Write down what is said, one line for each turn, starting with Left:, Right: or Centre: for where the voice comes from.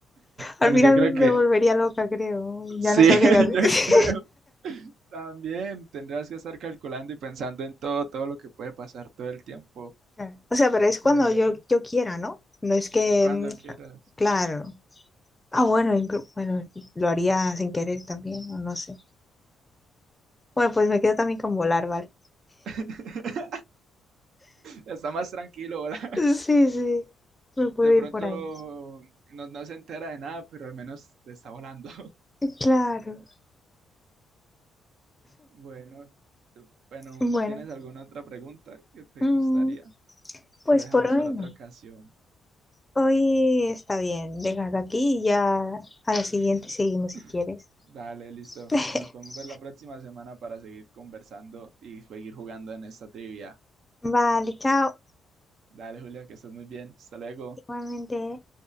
Left: al
Right: Bueno,
Left: final
Right: yo creo
Left: me
Right: que
Left: volvería loca, creo.
Right: sí,
Left: Ya no sabría
Right: <laughs>
Left: qué hacer.
Right: yo
Left: <laughs>
Right: creo. También tendrás que estar calculando y pensando en todo, todo lo que puede pasar todo el tiempo.
Left: Claro. O sea, pero es cuando
Right: Pero
Left: yo, yo quiera, ¿no? No es que,
Right: cuando
Left: mm,
Right: quieras.
Left: claro. Ah, bueno, inclu- bueno, lo haría sin querer también, o no sé. Bueno, pues me quedo también con volar, ¿vale?
Right: <laughs> Está más tranquilo, ¿verdad?
Left: Sí, sí, me puedo
Right: De
Left: ir
Right: pronto
Left: por ahí.
Right: no, no se entera de nada, pero al menos te está volando.
Left: Claro.
Right: Bueno, tú- bueno,
Left: Bueno,
Right: ¿tienes alguna otra pregunta que te
Left: mm,
Right: gustaría?
Left: pues
Right: ¿O lo dejamos
Left: por hoy
Right: para
Left: no.
Right: otra ocasión?
Left: Hoy está bien, déjalo aquí y ya a la siguiente
Right: <laughs>
Left: seguimos si quieres.
Right: Dale, listo.
Left: <laughs>
Right: Nos podemos ver la próxima semana para seguir conversando y seguir jugando en esta trivia.
Left: Vale, chao.
Right: Dale, Julia, que estés muy bien. Hasta luego.
Left: Igualmente. ¿eh?